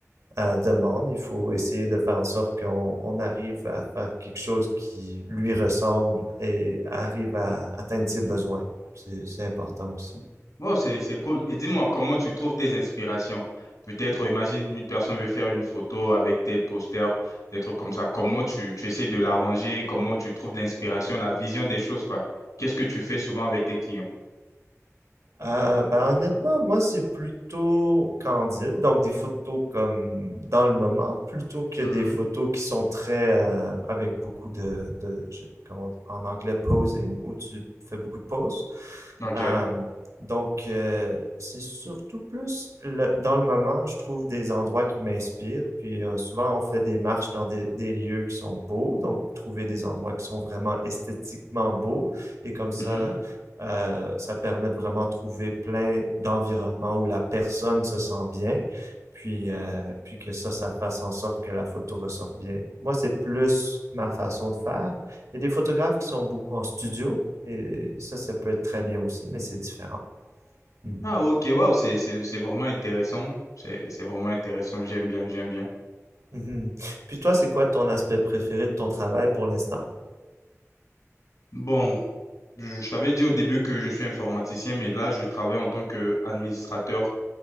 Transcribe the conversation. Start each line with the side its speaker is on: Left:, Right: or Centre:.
Right: euh, demande. Il faut essayer de faire en sorte qu'on on arrive à faire quelque chose qui lui ressemble et arrive à atteindre ses besoins. C'est, c'est important aussi.
Left: Wow, c'est, c'est cool. Et dis-moi, comment tu trouves tes inspirations? Peut-être, imagine, une personne veut faire une photo avec tel poster, des trucs comme ça. Comment tu, tu essaies de l'arranger? Comment tu trouves l'inspiration, la vision des choses, quoi? Qu'est-ce que tu fais souvent avec tes clients?
Right: Euh, ben honnêtement, moi c'est plutôt candide, donc des photos comme dans le moment, plutôt que des
Left: Mhm.
Right: photos qui sont très euh, avec beaucoup de, de je- comment en anglais posing, où tu fais beaucoup de poses.
Left: OK.
Right: Euh, donc euh, c'est surtout plus le- dans le moment, je trouve des endroits qui m'inspirent, puis euh, souvent on fait des marches dans des, des lieux qui sont beaux, donc trouver des endroits qui sont vraiment esthétiquement beaux, et comme ça
Left: Mhm.
Right: euh, ça permet de vraiment trouver plein d'environnements où la personne se sent bien, puis, euh, puis que ça, ça fasse en sorte que la photo ressorte bien. Moi, c'est plus ma façon de faire. Il y a des photographes qui sont beaucoup en studio, et ça, ça peut être très bien aussi, mais c'est différent. Mhm.
Left: Ah, OK. Wow, c'est, c'est, c'est vraiment intéressant. C'est, c'est vraiment intéressant. J'aime bien, j'aime bien.
Right: Mhm. Puis toi, c'est quoi ton aspect préféré de ton travail pour l'instant?
Left: Bon, je, je t'avais dit au début que je suis informaticien, mais là, je travaille en tant qu'administrateur